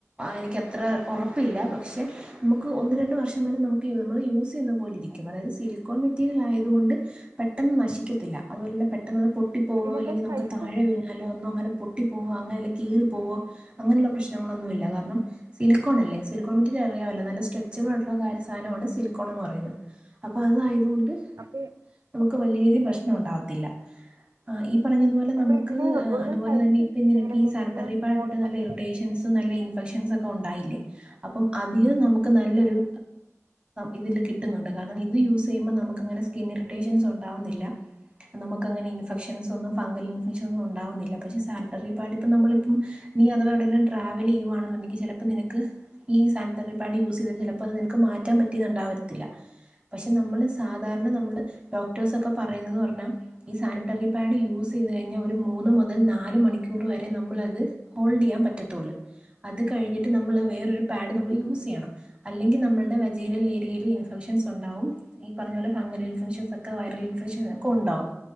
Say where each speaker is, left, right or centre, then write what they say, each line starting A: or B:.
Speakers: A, on the right; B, on the right.
A: എനക്ക്ത്ര ഉറപ്പില്ല പക്ഷെ നമുക്ക് ഒന്ന് രണ്ട് വർഷം വരെ നമുക്ക് നമ്മൾ യൂസ് ചെയ്യ രിക്ക അതായത് സിലിക്കോൺ മെറ്റീരിയൽ ആയതുകൊണ്ട് പെട്ടെന്ന് നശിക്കത്തില്ല അതുപോലെ പെ പെട്ട അ പൊട്ടിപ്പോവോ
B: ഇതിനെന്താ
A: അല്ലെങ്കി നമുക്ക്
B: സൈസ്
A: താഴെവീണാലോ ന്നും അങ്ങനെ പോ അങ്ങനല്ല കീറിപോവോ അങ്ങനുള്ള പ്രശ്നങ്ങളൊന്നുംമല്ല കാരണം സിലിക്കോൺ അല്ലേ സിലോൺറ്റ അ നല്ല സ്ട്രെച്ചബിൾ ആയിട്ടുള്ള കാര്യ സാധമാണ് സിലിക്കോൺ എന്ന് പറയുന്നത് അപ്പൊ അതായതുകൊണ്ട്
B: അപ്പൊ
A: നമുക്ക് വല രീതിൽ പ്രശ്നം ഉണ്ടാവത്തില്ല ആ ഈ പറഞ്ഞതുപോലെ
B: അപ്പൊ
A: നമുക്ക്
B: ഇതിന് ഒരു സൈസ്
A: അതുപോൽതന്നെ ഇപ്പൊ
B: ഒക്കെയില്ലേ
A: നിനക്കി
B: ഇങ്ങനെ മീഡിയം
A: സാനിട്ടറി
B: സ്മോൾ
A: പാട് ഇട്ടിട്ട്
B: എന്നൊക്കെ
A: നല്ല ഇറിട്ടഷൻസ്
B: പറ
A: നല്ല ഇഫെക്ഷൻസ് ഒക്കെ ഉണ്ടായില്ലേ അപ്പം അധികം നമുക്ക് നല്ലൊരു ഇതില് കിട്ടുന്നുണ്ട് കാരണം ഇത് യൂസ് ചെയ്യുമ്പോ നമുക്ക്ങ്ങനെ സ്കിൻ ഇറിട്ടേഷൻസ് ഉണ്ടാവുന്നില്ല നമുക്ക് അങ്ങനെ ഇൻഫെക്ഷൻസ് ഒന്നും ഫംഗൽ ഇൻഫെക്ഷൻ ഒന്നും ഉണ്ടാവുന്നില്ല പക്ഷെ സാനിട്ടറി പാടി ഇപ്പം നമ്മളിപ്പം നീ അഥവാ എവിടെയെ ങ്കിലും ട്രാവൽ ചെയ്യുകവാണെന്നുണ്ടെങ്കിൽ ചെ ലപ്പോൾ നിനക്ക് ഈ ഈ സാനിറ്ററി പാഡ് യൂസ് ചെയ്തഴ് ഞ്ഞ ചെലപ്പൊ അത് നിനക്ക് മാറ്റാൻ പറ്റിണ്ടാവരത്തില്ല പക്ഷെ നമ്മള് സാധാരണ നമ്മള് ഡോക്ടേഴ്സ് ഒക്കെ പറയുന്നെന്ന് പറഞ്ഞാൽ ഈ സാനിറ്ററി പാഡ് യൂസ് ചെയ്ത് കഴിഞ്ഞാൽ ഒരു മൂന്ന് മുതൽ നാല് മണിക്കൂർ വരെ നമ്മളത് ഹോൾഡ് ചെയ്യാൻ പറ്റത്തുള്ളൂ അത് കഴിഞ്ഞിട്ട് നമ്മള് വേറൊരു അത്കഴിഞ്ഞിട്ട് വെറൊര് പാഡ് നമ്മൾ യൂസ് ചെയ്യണം അല്ലെങ്കിൽ നമ്മളുടെ വജെയ്നൽ ഏരിയയിൽ ഇൻഫെക്ഷൻ ഇന്ഫെക്ഷൻസ് ഒണ്ടാവും ഈ പറഞ്ഞ പോലെ ഫങ്കൽ ഇൻഫക്ഷൻ ഒക്കെ വൈറൽ ഇൻഫെക്ഷൻ ഒക്കഉണ്ടാവും